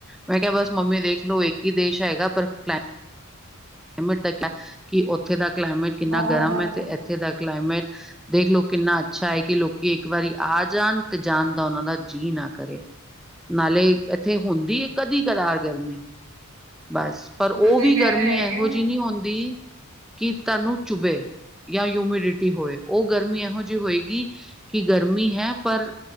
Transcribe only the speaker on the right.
ਬਹੁਤ
ਜ਼ਿਆਦਾ
ਤੁਸੀਂ
ਕਹਿ
ਰਹੇ ਹੈਗੇ
ਹੋ